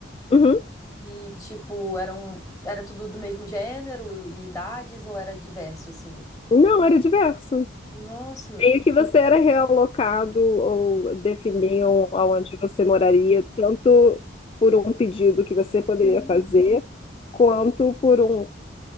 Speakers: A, on the left; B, in the centre.
A: Uhum.
B: E, tipo, eram, era tudo do mesmo gênero e idades, ou era diverso, assim?
A: Não, era diverso.
B: Nossa!
A: Meio que você era realocado ou definiam aonde você moraria, tanto por um pedido que você poderia
B: Sim.
A: fazer, quanto por um,